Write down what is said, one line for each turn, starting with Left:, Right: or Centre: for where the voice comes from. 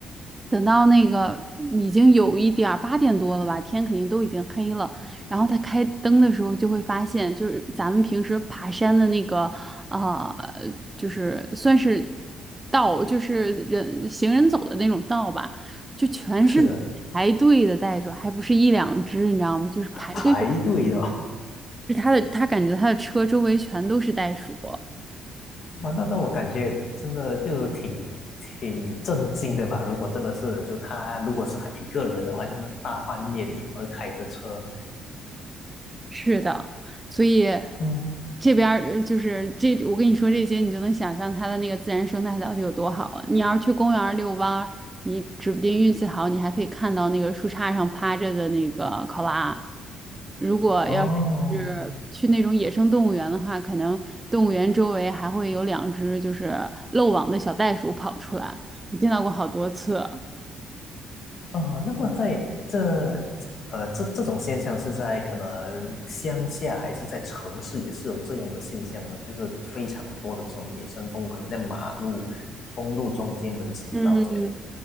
Right: 等到那个已经有一点儿八点多了吧，天肯定都已经黑了。然后他开灯的时候，就会发现，就是咱们平时爬山的那个，啊，就是算是道，就是人行人走的那种道吧，就全是
Left: 是的，
Right: 排队的袋鼠，还不是一两只，你知道吗？就是排队的，
Left: 排队的。
Right: 是他的，他感觉他的车周围全都是袋鼠。
Left: 哇，那那我感觉真的就挺挺震惊的吧？如果真的是就他，如果是他一个人的话，就那大半夜里，然后开着车，
Right: 是的，所以
Left: 哦
Right: 这边儿呃就是这，我跟你说这些，你就能想象它的那个自然生态到底有多好了。你要是去公园儿遛弯儿，你指不定运气好，你还可以看到那个树杈上趴着的那个考拉。如果要是去那种野生动物园的话，
Left: 哦
Right: 可能动物园周围还会有两只就是漏网的小袋鼠跑出来，我见到过好多次。
Left: 哦。那么在这呃这这种现象是在可能乡下还是在城市也是有这样的现象呢？就是非常多的这种野生动物，可能在马路、公路中间、人行道这样。
Right: 嗯，